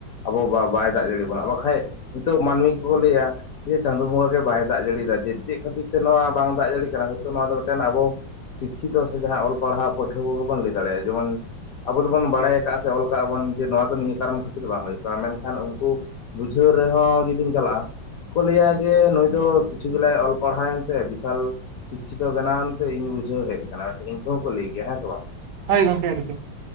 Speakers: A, on the left (about 70°); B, on the right (about 65°).
A: ᱟᱵᱚ ᱵᱟ ᱵᱟᱭ ᱫᱟᱜ ᱡᱟᱹᱲᱤ ᱵᱚᱱᱟ ᱵᱟᱠᱷᱟᱡ ᱱᱤᱛᱚᱜ ᱢᱟᱹᱱᱢᱤ ᱠᱚ ᱞᱟᱹᱭᱟ ᱡᱮ ᱪᱟᱸᱫᱩ ᱵᱚᱸᱜᱟ ᱜᱮ ᱵᱟᱭ ᱫᱟᱜ ᱡᱟᱹᱲᱤᱭᱫᱟ ᱡᱮ ᱪᱮᱫ ᱠᱷᱟᱹᱛᱤᱨ ᱛᱮ ᱱᱚᱣᱟ ᱵᱟᱝ ᱫᱟᱜ ᱡᱟᱲᱤ ᱠᱟᱱᱟ ᱦᱚᱭᱛᱳ ᱱᱚᱣᱟ ᱫᱚ ᱢᱤᱫᱴᱮᱱ ᱟᱵᱚ ᱥᱤᱠᱠᱷᱤᱛᱚ ᱥᱮ ᱡᱟᱦᱟᱸ ᱚᱞ ᱯᱟᱲᱦᱟᱣ ᱯᱟᱹᱴᱷᱩᱣᱟᱹ ᱠᱚᱜᱮ ᱵᱚᱱ ᱞᱟᱹᱭ ᱫᱟᱲᱮᱭᱟᱜᱼᱟ ᱡᱮᱢᱚᱱ ᱟᱵᱚ ᱫᱚᱵᱚᱱ ᱵᱟᱲᱟᱭ ᱟᱠᱟᱫᱼᱟ ᱥᱮ ᱚᱞ ᱠᱟᱜ ᱟᱵᱚᱱ ᱡᱮ ᱱᱚᱣᱟ ᱫᱚ ᱱᱤᱭᱟᱹ ᱠᱟᱨᱚᱱ ᱠᱷᱟᱹᱛᱤᱨ ᱵᱟᱝ ᱦᱩᱭᱩᱜ ᱠᱟᱱᱟ ᱢᱮᱱᱠᱷᱟᱱ ᱩᱱᱠᱩ ᱵᱩᱡᱷᱟᱹᱣ ᱨᱮᱦᱚᱸ ᱡᱩᱫᱤᱢ ᱪᱟᱞᱟᱜᱼᱟ ᱠᱚ ᱞᱟᱹᱭᱟ ᱡᱮ ᱱᱩᱭ ᱫᱚ ᱠᱤᱪᱷᱩ ᱜᱮᱞᱟᱭ ᱚᱞ ᱯᱟᱲᱦᱟᱣ ᱮᱱᱛᱮ ᱵᱤᱥᱟᱞ ᱥᱤᱠᱠᱷᱤᱛᱚ ᱵᱮᱱᱟᱣ ᱮᱱᱛᱮ ᱤᱧ ᱵᱩᱡᱷᱟᱹᱣ ᱦᱮᱡ ᱟᱠᱟᱱᱟ ᱢᱮᱱᱠᱷᱟᱱ ᱤᱱᱠᱩ ᱦᱚᱸ ᱠᱚ ᱞᱟᱹᱭ ᱜᱮᱭᱟ ᱦᱮᱸ ᱥᱮ ᱵᱟᱝ?
B: ᱦᱳᱭ ᱜᱚᱢᱠᱮ ᱮᱠᱫᱚᱢ